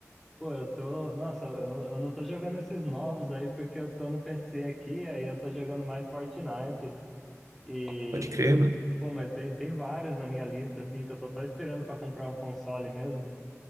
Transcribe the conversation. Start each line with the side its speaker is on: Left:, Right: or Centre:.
Centre: Pô, eu tô. Nossa, eu, eu não tô jogando esses novos aí porque eu tô no PC aqui, aí eu tô jogando mais Fortnite. E.
Right: Pode crer, mano.
Centre: Pô, mas tem, tem vários na minha lista, assim, que eu tô só esperando pra comprar um console mesmo.